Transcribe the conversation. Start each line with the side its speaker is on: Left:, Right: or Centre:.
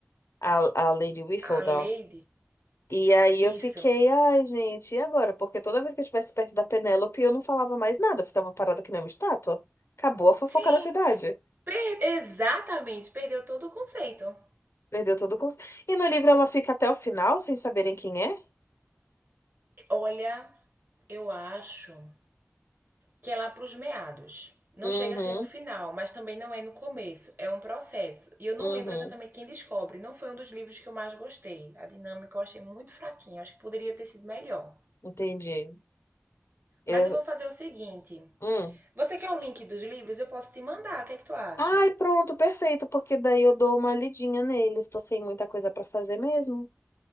Left: a, a Lady Whistledown.
Right: A Lady.
Left: E aí eu fiquei,
Right: Isso.
Left: ai, gente, e agora? Porque toda vez que eu estivesse perto da Penélope, eu não falava mais nada, eu ficava parada que nem uma estátua. Acabou a fofoca
Right: Sim.
Left: da cidade.
Right: Per- Exatamente. Perdeu todo o conceito.
Left: Perdeu todo o... con- E no livro ela fica até o final sem saberem quem é?
Right: Olha, eu acho que é lá para os meados. Não
Left: Uhum,
Right: chega a ser no final, mas também não é no começo, é um processo. E eu não
Left: uhum,
Right: lembro exatamente quem descobre, não foi um dos livros que eu mais gostei. A dinâmica eu achei muito fraquinha, acho que poderia ter sido melhor.
Left: entendi. Eu...
Right: Mas eu vou fazer o seguinte:
Left: Hum.
Right: você quer o link dos livros? Eu posso te mandar, o que é que tu acha?
Left: Ai, pronto, perfeito, porque daí eu dou uma lidinha neles. Tô sem muita coisa pra fazer mesmo.